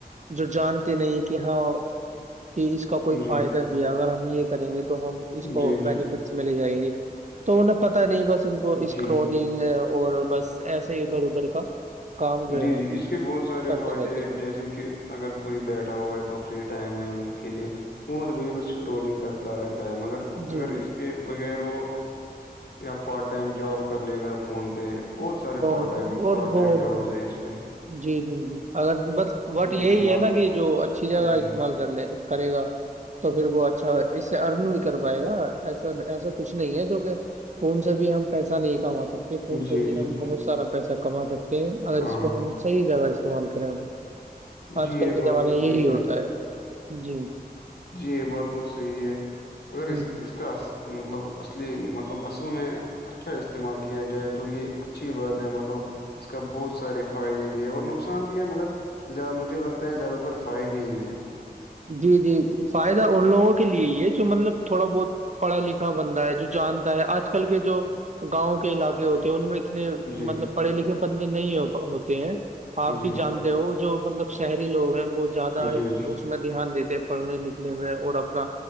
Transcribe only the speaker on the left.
جی،
جی،
جی،
جی،
جی
جی اس کے بہت سارے
فائدے
ہیں جیسے کہ اگر کوئی بیٹھا ہوا ہے تو فری ٹائم ہے ان کے لیے وہ ریل اسکرولنگ کرتا رہتا ہے مگر
اگر
اس کے بغیر وہ یا پارٹ ٹائم جاب کر لے گا فون پہ بہت سارے
پارٹ ٹم
پارٹ
ٹائم جابز
ہے اس پ میں
بھی کما
جی
جی
جی
ہاں
ہاں
جی یہ
بات
تو
صحیح
ہے
جی یہ بات تو صحیح ہے اگر
اس اس کا مطلب اصلی مطلب اصل میں اچھا استعمال کیا جائے تو یہ اچھی بات ہے مطلب اس کا بہت سارے فائدے بھی ہے اور نقصان بھی ہے مگر ز مجھے لگتا ہے زیادہ تر فائدے ہی ہیں
جی
جی
جی جی